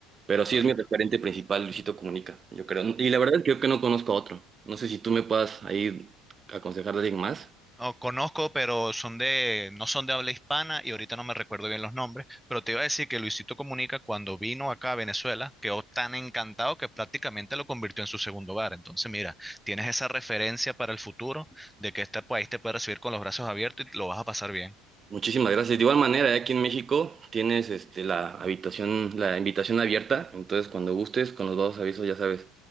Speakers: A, on the right; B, in the centre.
A: Pero sí
B: Claro.
A: es mi referente principal, Luisito Comunica, yo creo. Y la verdad es que yo que no conozco a otro. No sé si tú me puedas ahí aconsejar de alguien más.
B: No, conozco, pero son de, no son de habla hispana y ahorita no me recuerdo bien los nombres, pero te iba a decir que Luisito Comunica cuando vino acá a Venezuela quedó tan encantado que prácticamente lo convirtió en su segundo hogar. Entonces, mira, tienes esa referencia para el futuro de que este país te puede recibir con los brazos abiertos y lo vas a pasar bien.
A: Muchísimas gracias. De igual manera, aquí en México tienes este, la habitación, la invitación abierta. Entonces, cuando gustes, con los dos avisos, ya sabes,